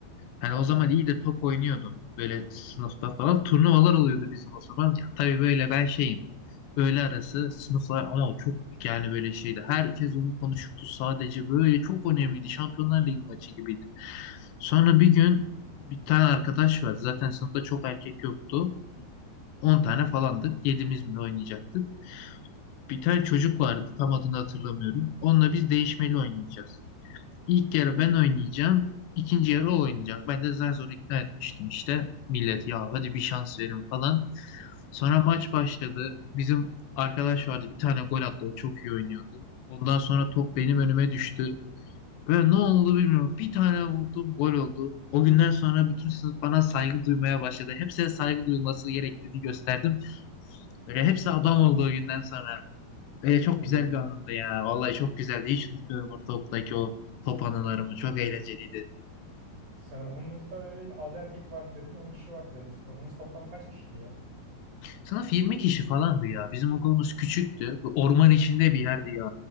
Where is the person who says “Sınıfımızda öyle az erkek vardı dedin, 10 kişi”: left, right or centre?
Right